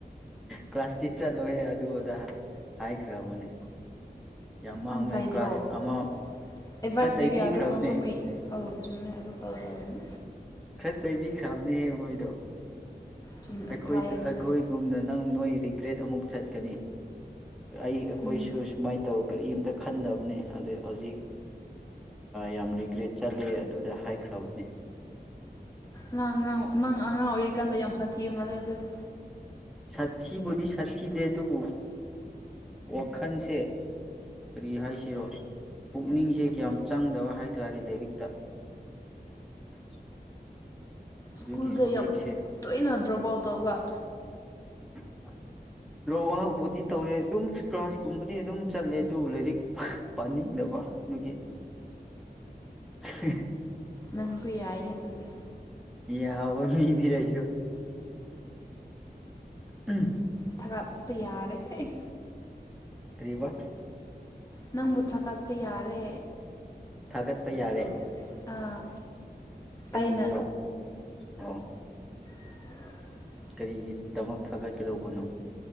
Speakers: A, in the centre; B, on the left.
A: ꯀ꯭ꯂꯥꯁꯇꯤ ꯆꯠꯂꯣꯍꯦ ꯑꯗꯨ ꯑꯗꯥ ꯍꯥꯏꯈ꯭ꯔꯕꯅꯦ꯫ ꯌꯥꯝ ꯃꯥꯡꯕꯅꯦ
B: ꯅꯪ ꯆꯥꯏꯗ꯭ꯔꯣ
A: ꯀ꯭ꯂꯥꯁ
B: ꯑꯦꯗꯚꯥꯏꯁ
A: ꯑꯃ ꯈꯔ ꯆꯩꯕꯤꯈ꯭ꯔꯕꯅꯦ
B: ꯄꯤꯕ ꯌꯥꯗ꯭ꯔꯣ ꯅꯪꯁꯨ ꯃꯣꯏ ꯑꯧ ꯆꯨꯝꯃꯦ ꯑꯗꯨ ꯇꯧꯗꯧꯅꯦ꯫
A: ꯈꯔ ꯆꯩꯕꯤꯈ꯭ꯔꯕꯅꯦꯍꯦ ꯃꯣꯏꯗꯣ
B: ꯆꯨꯝꯃꯦ
A: ꯑꯩꯈꯣꯏꯗ
B: ꯐꯩꯌꯦ ꯑꯗꯨꯗꯤ
A: ꯑꯩꯈꯣꯏ ꯌꯨꯝꯗ ꯅꯪ ꯅꯣꯏ ꯔꯤꯒ꯭ꯔꯦꯠ ꯑꯃꯨꯛ ꯆꯠꯀꯅꯤ ꯑꯩ ꯑꯩꯈꯣꯏꯁꯨ
B: ꯎꯝ
A: ꯁꯨꯃꯥꯏ ꯅ ꯇꯧ ꯀꯔꯤꯝꯇ ꯈꯟꯗꯕꯅꯦ ꯑꯗꯨ ꯍꯧꯖꯤꯛ ꯌꯥꯝ ꯔꯤꯒ꯭ꯔꯦꯠ ꯆꯠ ꯂꯦ ꯑꯗꯨꯗ ꯍꯥꯏꯈ꯭ꯔ ꯕꯅꯦ
B: ꯅꯥꯡ ꯅꯪ ꯅꯪ ꯑꯉꯥꯡ ꯑꯣꯏꯔꯤꯀꯥꯟꯗ ꯌꯥꯝ ꯁꯥꯊꯤꯕ ꯃꯥꯜꯂꯦ ꯑꯗꯨꯗꯤ
A: ꯁꯥꯊꯤ ꯕꯨꯗꯤ ꯁꯥꯊꯤꯗꯦ ꯗꯨꯕꯨ ꯋꯥꯈꯟ ꯁꯦ ꯀꯔꯤ ꯍꯥꯏꯁꯤꯔꯣ ꯄꯨꯛꯅꯤꯡꯁꯦ ꯀꯌꯥꯝ ꯆꯪꯗꯕ ꯍꯥꯏ ꯇꯥꯔꯦ ꯂꯥꯏꯔꯤꯛꯇ <inaudible> ꯑꯗꯨꯒꯤ
B: ꯁ꯭ꯀꯨꯜꯗ
A: ꯍꯧꯖꯤꯛꯁꯦ
B: ꯌꯥꯝ ꯇꯣꯏꯅ ꯇꯔꯧꯕꯜ ꯇꯧꯕ
A: <inaudible> ꯗꯔꯣꯞ ꯑꯥꯎꯠ ꯇꯧꯗꯦ ꯑꯗꯨꯝ ꯀ꯭ꯂꯥꯁ ꯀꯨꯝꯕꯗꯤ ꯑꯗꯨꯝ ꯆꯠꯂꯦ ꯑꯗꯨ ꯂꯥꯏꯔꯤꯛ ꯄꯥꯅꯤꯡ ꯗꯕ ꯗꯨꯒꯤ ꯍꯤ
B: ꯅꯪꯁꯨ ꯌꯥꯏꯍꯦ ꯑꯗꯨꯗꯤ
A: ꯌꯥꯕ ꯃꯤꯅꯦ ꯑꯩꯁꯨ ꯑ꯭ꯍꯝ ꯎꯝ
B: ꯊꯥꯒꯠꯄ ꯌꯥꯔꯦ ꯍꯩ
A: ꯀ꯭ꯔꯤ ꯕꯥ
B: ꯅꯪꯕꯨ ꯊꯥꯒꯠꯄ ꯌꯥꯔꯦ
A: ꯊꯥꯒꯠꯄ
B: ꯑꯥꯔꯣ
A: ꯌꯥꯔꯦ
B: ꯑꯥ
A: ꯀꯔꯤ
B: ꯑꯩꯅ
A: ꯒꯤꯔꯣ ꯑꯣ
B: <inaudible>
A: ꯀꯔꯤꯒꯤꯗꯃꯛ ꯊꯥꯒꯠꯀꯗꯧꯕꯅꯣ